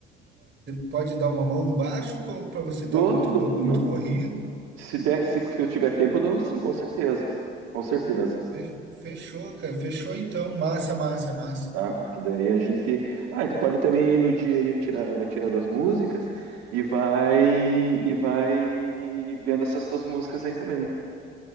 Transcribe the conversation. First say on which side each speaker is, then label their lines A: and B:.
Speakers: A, on the right; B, on the right.
A: pode dar uma mão no baixo ou para você
B: Dou,
A: estar muito,
B: dou,
A: co- muito
B: não.
A: corrido.
B: Se der, se se eu tiver tempo, eu dou sim, com certeza. Com certeza.
A: Fe- Fechou, cara. Fechou então. Massa, massa, massa.
B: Tá? Que daí a gente. Ah, ele pode também ir no dia e tirar, vai tirando as músicas e vai e vai vendo essas tuas músicas aí também.